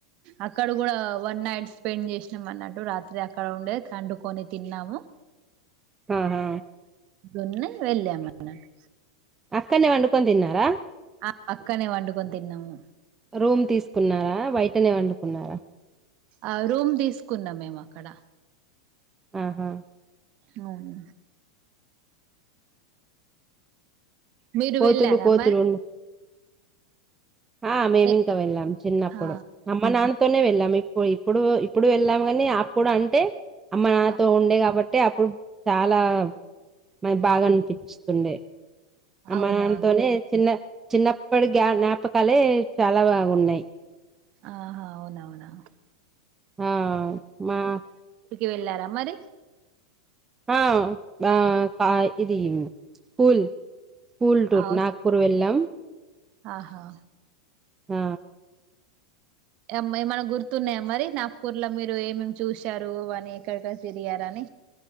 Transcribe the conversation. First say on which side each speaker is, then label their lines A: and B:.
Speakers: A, on the right; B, on the right.
A: అక్కడ కూడా వన్ నైట్ స్పెండ్ చేసినాం అన్నట్టు రాత్రి అక్కడ ఉండే వండుకొని తిన్నాము
B: ఆహా
A: నూనె వెళ్ళామ్ అన్నాటు
B: అక్కన్నే వండుకొని తిన్నారా
A: ఆ అక్కనే వండుకొని తిన్నాము
B: రూమ్ తీసుకున్నారా బయటనే వండుకున్నారా
A: ఆ రూమ్ తీసుకున్నాం మేము అక్కడ
B: ఆహా
A: అవును మీరు
B: కోతులు
A: వెళ్ళారమ్మా
B: కోతులు ఆ మేమింకా
A: ఏ
B: వెళ్ళాం చిన్నప్పుడు
A: ఆ
B: అమ్మ నాన్న తోనే వెళ్ళాము ఇప్పుడు ఇప్పుడు ఇప్పుడు వెళ్ళాం కాని అప్పుడు అంటే అమ్మ నాతో
A: ఆ
B: ఉండే కాబట్టి అంటే అప్పుడు చాలా మన బాగా అనిపిస్తుండే అమ్మా
A: అవునవును
B: నాన్నతోనే చిన్న చిన్నప్పటి జ జ్ఞాపకాలే చాలా బాగున్నాయి
A: ఆహా అవునావునా
B: ఆ మా
A: వెళ్ళారా మరి
B: ఆ బా ప ఇది స్కూల్ స్కూల్ టూర్
A: ఆ
B: నాగపూర్
A: స్కూ
B: వెళ్ళాం
A: ఆహా
B: ఆ
A: ఎం ఏమైనా గుర్తున్నాయా మరి నాగ్పూర్లో మీరు ఏమేమి చూశారు అని ఎక్కడక్కడ తిరిగారు అని